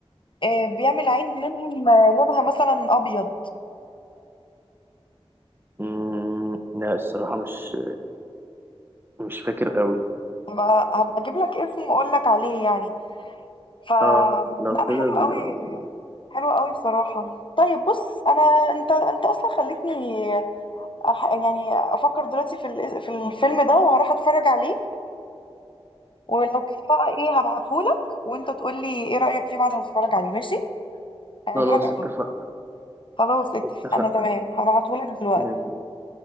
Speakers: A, on the left (about 55°); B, on the right (about 20°).
A: آه، بيعمل عين منهم آه، لونها مثلا ابيض
B: أمم، لا الصراحة مش مش فاكر قوي
A: هبقى هبقى اجيب لك اسمه واقول لك عليه يعني ف
B: اه لو
A: لا
B: كده
A: حلو قوي
B: بي-
A: حلو قوي بصراحة طيب بص انا انت انت اصلا خلتني أح... يعني افكر دلوقتي في ال... في الفيلم ده وهروح اتفرج عليه ولو كده بقى ايه هبعتهولك وانت تقول لي ايه رأيك فيه بعد ما تتفرج عليه ماشي هيعجبك
B: خلاص اتفقنا
A: قوي خلاص اتفقنا
B: اتفقنا
A: تمام هبعتهولك دلوقتي
B: يعني